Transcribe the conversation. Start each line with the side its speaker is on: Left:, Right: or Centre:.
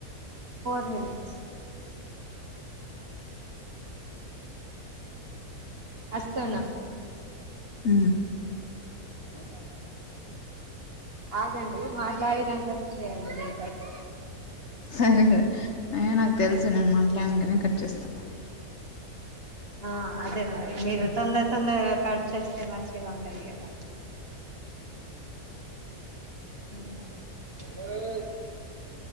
Right: ఫోర్ మనిట్స్ వస్తున్న
Left: అ
Right: మప్ప ఆగండి మాట్లాడిటంటనే చేయండి మీపట్
Left: సరే స నాకు తెలుసు నేను మాట్లాడాకనే కట్ చేస్తాను
Right: ఆ అదే మరి మీరు తొందర తొందరగా కర్చ చేస్తే మంచిగా ఉండాలి కదా అ